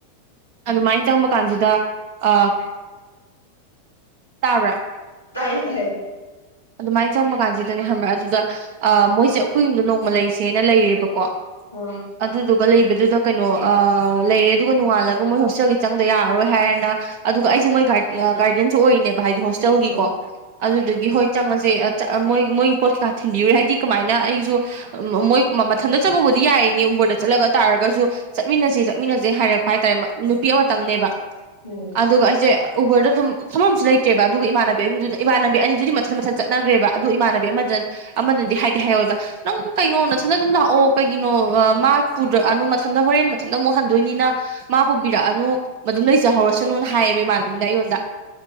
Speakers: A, on the right; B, on the left.
A: ꯑꯗꯨꯃꯥꯏꯅ ꯆꯪꯕꯀꯥꯟꯁꯤꯗ ꯑꯥ ꯇꯥꯕ꯭ꯔꯥ
B: ꯇꯥꯏꯌ‌ꯦ ꯇꯥꯏ
A: ꯑꯗꯨꯃꯥꯏꯅ ꯆꯪꯕ ꯀꯥꯟꯁꯤꯗꯅꯦ ꯈꯪꯕ꯭ꯔꯥ ꯑꯗꯨꯗ ꯑ ꯃꯣꯏꯁꯦ ꯑꯩꯈꯣꯏ ꯌꯨꯝꯗ ꯅꯣꯡꯃ ꯂꯩꯁꯦꯅ ꯂꯩꯔꯦꯕꯀꯣ
B: ꯑꯣ
A: ꯑꯗꯨꯗꯨꯒ ꯂꯩꯕꯗꯨꯗ ꯀꯩꯅꯣ ꯑ ꯂꯩꯌꯦ ꯑꯗꯨꯒ ꯅꯣꯡꯉꯥꯜꯂꯒ ꯃꯣꯏ ꯍꯣꯁꯇꯦꯜꯒꯤ ꯆꯪꯗ ꯌꯥꯔꯔꯣꯏ ꯍꯥꯏꯔ‌ꯦꯅ ꯑꯗꯨꯒ ꯑꯩꯁꯦ ꯃꯣꯏ ꯒꯥꯔ ꯒꯥꯔꯗꯤꯟꯁꯨ ꯑꯣꯏꯔꯤꯅꯦꯕ ꯍꯥꯏꯗꯤ ꯍꯣꯁꯇꯦꯜꯒꯤꯀꯣ
B: ꯎꯝ
A: ꯑꯗꯨꯗꯨꯒꯤ ꯍꯣꯏ ꯆꯪꯉꯁꯦ ꯃꯣꯏ ꯃꯣꯏ ꯄꯣꯠ ꯀꯥ ꯊꯤꯟꯕꯤꯔꯨꯔꯦ ꯍꯥꯏꯗꯤ ꯀꯃꯥꯏꯅ ꯑꯩꯁꯨ ꯃꯣꯏ ꯃꯊꯟꯇ ꯆꯠꯄꯕꯨꯗꯤ ꯌꯥꯏꯅꯦ ꯎꯕꯔꯗ ꯆꯠꯂꯒ ꯑꯗꯨ ꯇꯥꯔꯒꯁꯨ ꯆꯠꯃꯤꯟꯅꯁ‌ꯦ ꯆꯠꯃꯤꯟꯅꯁꯦ ꯍꯥꯏꯔꯛꯄ ꯍꯥꯏꯇꯥꯔꯦ ꯅꯨꯄꯤ ꯑꯃꯇꯪꯅꯦꯕ
B: ꯎꯝ
A: ꯑꯗꯨꯒ ꯑꯩꯁꯦ ꯎꯕꯔꯗꯗꯨꯝ ꯐꯝꯕꯝꯁꯨ ꯂꯩꯇ꯭ꯔꯦꯕ ꯑꯗꯨꯒ ꯏꯃꯥꯟꯅꯕꯤ ꯑꯅꯤꯗꯨ ꯏꯃꯥꯟꯅꯕꯤ ꯑꯅꯤꯗꯨꯗꯤ ꯃꯊꯟ ꯃꯊꯟ ꯆꯠꯅꯈ꯭ꯔꯦꯕ ꯑꯗꯨ ꯏꯃꯥꯟꯅꯕꯤ ꯑꯃꯗ ꯑꯃꯅꯗꯤ ꯍꯥꯏꯗꯤ ꯍꯥꯏꯍꯧꯋꯦꯕ ꯅꯪ ꯀꯩꯅꯣ ꯅꯊꯟꯗ ꯑꯗꯨꯝ ꯂꯥꯛꯑꯣ ꯀꯩꯒꯤꯅꯣ ꯃꯥꯅꯨ ꯃꯊꯟꯗ ꯍꯣꯔꯦꯟ ꯃꯊꯟꯇ ꯑꯃꯨꯛ ꯍꯟꯗꯣꯏꯅꯤꯅ ꯃꯥ ꯄꯨꯕꯤꯔꯛꯑꯅꯨ ꯃꯗꯨꯝ ꯂꯩꯖꯍꯧꯔꯁꯅꯨꯅ ꯍꯥꯏꯌꯦꯕ ꯏꯃꯥꯟꯕꯤꯗꯨꯅ ꯑꯩꯉꯣꯟꯗ